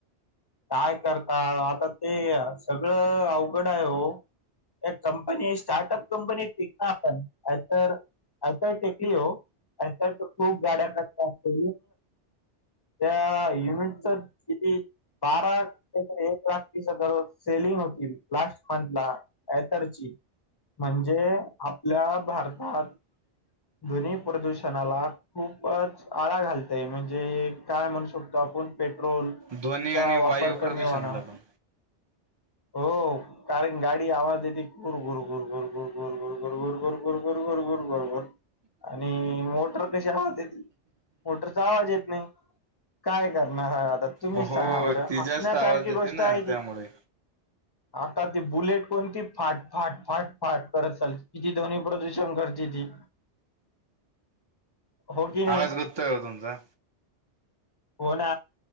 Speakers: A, on the left; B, on the right.
A: काय करता आता ते सगळं अवघड आहे हो. एक कंपनी स्टार्टअप कंपनी तिक ना आपण. आतर आयतर टेकली हो आतर खूप गाड्या करतात. त्या युनिटच किती? बारा ते एक लाख ति दररोज सेलिंग होतील लास्ट मंथ ला. यातडची म्हणजे आपल्या भारतात. ध्वनी प्रदूषणाला खूपच आळा घालते. ते म्हणजे काय म्हणू शकतो आपण पेट्रोल
B: ध्वनी
A: चा
B: आणि
A: वापर
B: वायू प्रदूषणाला
A: कमी होणनार.
B: पण
A: हो कारण गाडी आवाज येते कुर घुरकुर घुरकुर. र गोर, गोर गोर, गोर गोर, गोर, गोर गोर, गोर गोर, गोर आणि मोटर कशी आ. मोटरचा आवाज येत नाही काय करणार हा आता. तुम्हीच
B: हो
A: सांगा बरं
B: ती
A: हसण्यासारखी
B: जास्त आवाज देते
A: गोष्ट
B: ना
A: आहे ती.
B: त्यामुळे
A: आता ती बुलेट कोणती फाट फाट फाट फाट करत चालते. किती ध्वनी प्रदूषण करते ती. हो कि नाही.
B: आवाज गुततोय हो तुमचा
A: हो ना